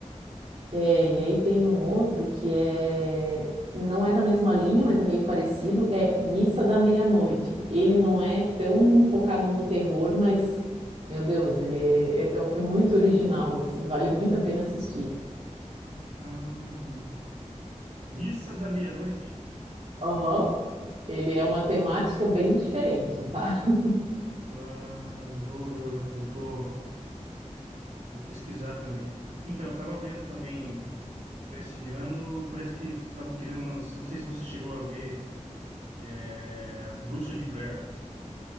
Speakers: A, on the right; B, on the right.
A: é, e aí tem um outro que é, não é da mesma linha, mas é meio parecido, é Missa da Meia-Noite. Ele não é tão focado no terror, mas, meu Deus, ele é, é- é é muito original, assim, vale muito a pena assistir.
B: Hum, Missa da Meia-Noite.
A: Aham. Ele é uma temática bem diferente, tá? <laughs>
B: Ah, eu vou, eu, eu vou, eu vou pesquisar também. Então, eu tava vendo também. Pra esse ano, parece que estavam querendo lançar. Não sei se você chegou a ver é, a Bruxa de Blair.